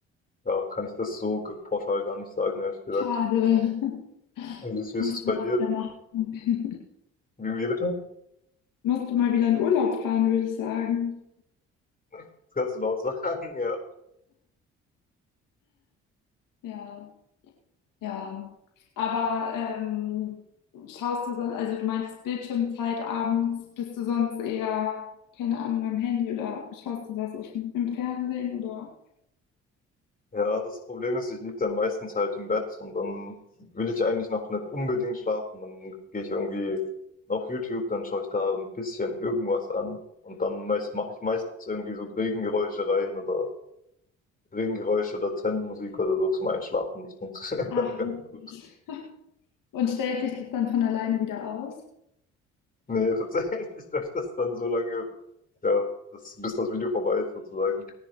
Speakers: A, on the left; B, on the left.
A: ja, kann ich das so g- pauschal gar nicht sagen, ehrlich gesagt.
B: Schade. <laughs>
A: Und Wie ist, wie
B: Musst
A: ist es bei
B: du mal
A: dir?
B: wieder machen. <laughs>
A: Wie, wie bitte?
B: Musste mal wieder in Urlaub fahren, würde ich sagen.
A: Das kannst du laut <laughs> sagen, ja.
B: Ja, ja. Aber ähm, schaust du sonst, also du meintest Bildschirmzeit abends, bist du sonst eher, keine Ahnung, am Handy oder schaust du was auf dem, im Fernsehen oder?
A: Ja, das Problem ist, ich liege dann meistens halt im Bett und dann will ich eigentlich noch nicht unbedingt schlafen. Dann gehe ich irgendwie auf YouTube, dann schaue ich da ein bisschen irgendwas an und dann meist, mache ich meistens irgendwie so Regengeräusche rein oder Regengeräusche oder Zen-Musik oder so zum Einschlafen. Das funktioniert
B: Ach,
A: <laughs> dann ganz
B: witzig.
A: gut.
B: Und stellt sich das dann von alleine wieder aus?
A: Nee, tatsächlich läuft das dann so lange, ja, das, bis das Video vorbei ist sozusagen.